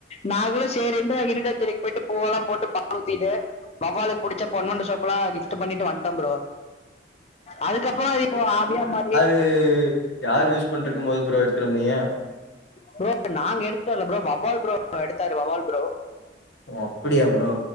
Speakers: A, on the left; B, on the left.
A: நாங்களு செரிண்டு இறுதி அஞ்சலிக்கு போயிட்டு பூவெல்லா போட்டு பால் ஊத்திட்டு வவ்வாலுக்கு புடிச்ச பொன்வண்டு சோப்பல்லா வாங்கி ட்டு பண்ணிட்டு வண்ட ப்ரோ அதுக்கப்பற இப்போ ஆவியா மாரி
B: இது யார் யூஸ் பண்டுருக்கு போது ப்ரோ எடுத்துட்டு வந்தீங்க
A: ப்ரோ நாங்க எடுத்துட்டு வரல ப்ரோ வவ்வால் ப்ரோ எடுத்தாரு வவ்வால் ப்ரோ
B: ஓ அப்டியா ப்ரோ